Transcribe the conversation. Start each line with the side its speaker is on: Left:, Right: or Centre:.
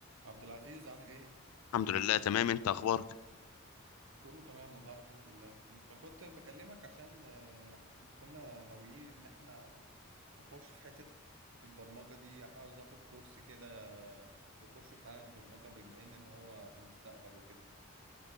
Right: عبد العزيز عامل ايه؟
Left: الحمد لله تمام انت اخبارك
Right: كله تمام والله الحمد لله انا كنت بكلمك عشان آه، إحنا كنا ناويين ان احنا نخش في حتة البرمجة دي عاوز اخد كورس كده آه، واخش في عالم البرمجة بما ان ان هو المستقبل وكده